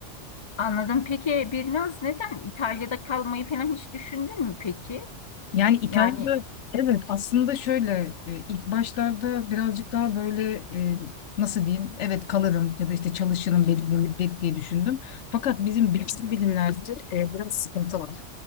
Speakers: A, on the left; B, on the left.
A: Anladım. Peki Birnaz neden İtalya'da kalmayı falan hiç düşündün mü peki?
B: Yani İtalya'da
A: Yani
B: evet aslında şöyle e, ilk başlarda birazcık daha böyle e, nasıl diyeyim evet kalırım ya da işte çalışırım belli bir müddet diye düşündüm. Fakat bizim bilgi bilimlerde e, biraz sıkıntı var.